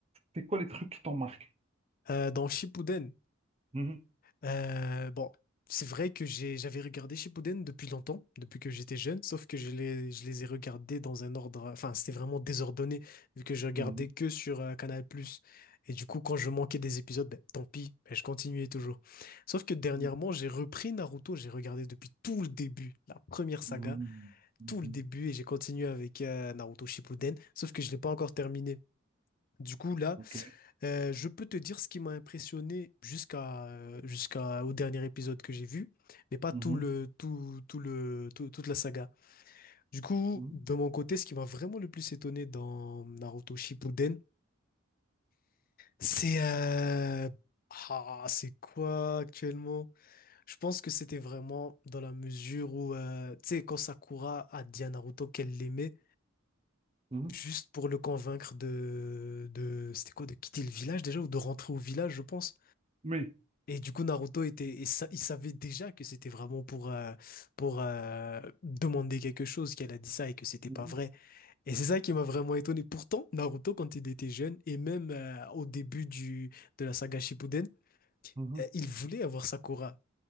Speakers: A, on the right; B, on the left.
A: C'est quoi les trucs qui t'ont marqué?
B: Euh, dans Shippuden,
A: Mhm.
B: euh, bon, c'est vrai que j'ai j'avais regardé Shippuden depuis longtemps, depuis que j'étais jeune, sauf que je les je les ai regardés dans un ordre, enfin c'était vraiment désordonné vu que je regardais
A: Mhm.
B: que sur euh, Canal+. Et du coup, quand je manquais des épisodes, ben, tant pis, ben, je continuais toujours. Sauf que dernièrement,
A: Mhm.
B: j'ai repris Naruto, j'ai regardé depuis tout le début, la première saga.
A: Mhm. Mhm.
B: tout le début et j'ai continué avec euh, Naruto Shippuden, sauf que je l'ai pas encore terminé. Du coup, là,
A: Ok.
B: euh, je peux te dire ce qui m'a impressionné jusqu'à euh, jusqu'à au dernier épisode que j'ai vu, mais pas tout
A: Mhm.
B: le tout tout le tout- toute la saga. Du coup,
A: Mhm.
B: de mon côté, ce qui m'a vraiment le plus étonné dans Naruto Shippuden, c'est euh, ah, c'est quoi actuellement? Je pense que c'était vraiment dans la mesure où, euh, tu sais, quand Sakura a dit à Naruto qu'elle l'aimait,
A: Mhm.
B: juste pour le convaincre de, de c'était quoi, de quitter le village déjà ou de rentrer au village, je pense.
A: Oui.
B: Et du coup, Naruto était, et sa- il savait déjà que c'était vraiment pour, euh, pour euh, demander quelque chose qu'elle a dit ça et que c'était
A: Mhm.
B: pas vrai. Et c'est ça qui m'a vraiment étonné. Pourtant, Naruto, quand il était jeune et même euh, au début du, de la saga Shippuden,
A: Mhm.
B: euh, il voulait avoir Sakura.